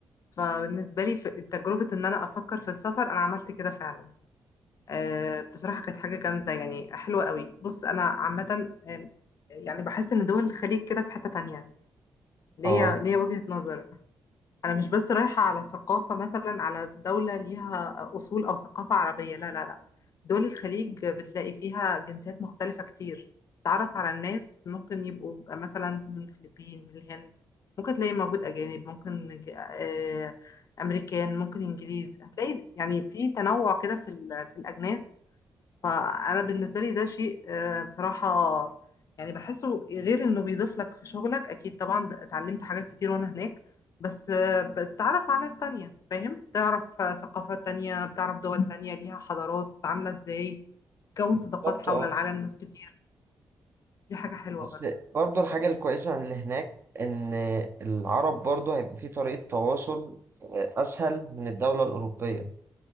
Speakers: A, on the left; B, on the right.
A: فبالنسبة لي في- تجربة ان انا افكر في السفر انا عملت كده فعلا آه، بصراحة كانت حاجة جامدة يعني حلوة قوي بص أنا عامة آه، يعني بحس إن دول الخليج كده في حتة تانية ليا
B: اه
A: ليا وجهة نظر أنا مش بس رايحة على ثقافة مثلا على دولة ليها أصول أو ثقافة عربية لا لا لا دول الخليج بتلاقي فيها جنسيات مختلفة كتير تعرف على الناس ممكن يبقوا مثلا من الفلبين من الهند ممكن تلاقي موجود أجانب ممكن آه، أمريكان ممكن إنجليز هتلاقي يعني في تنوع كده في ال- في الأجناس فانا بالنسبه لي ده شيء آه، بصراحه يعني بحسه غير انه بيضيف لك في شغلك اكيد طبعا اتعلمت حاجات كتير وانا هناك بس آه، بتتعرف على ناس تانية فاهم تعرف آه، ثقافات تانية بتعرف دول تانية ليها حضارات عامله ازاي تكون
B: بالظبط
A: صداقات حول
B: اه
A: العالم ناس كتير دي حاجه حلوه
B: بس
A: برضه
B: برضو الحاجة الكويسة عن اللي هناك إن العرب برضو هيبقى في طريقة تواصل آه، أسهل من الدولة الأوروبية